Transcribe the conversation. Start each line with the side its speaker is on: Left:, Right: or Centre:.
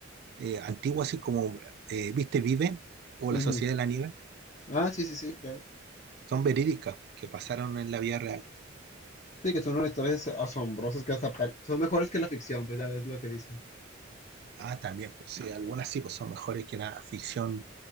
Right: eh, antiguas, así como eh, Viste Vive o
Left: Ujú.
Right: La Sociedad de la Nieve,
Left: Ah, sí, sí, sí, claro.
Right: son verídicas, pues, que pasaron en la vida real.
Left: Sí, que son unas historias asombrosas que hasta pare- son mejores que la ficción, pues ya ves lo que dicen.
Right: Ah, también, pues sí, algunas sí, pues son mejores que la ficción.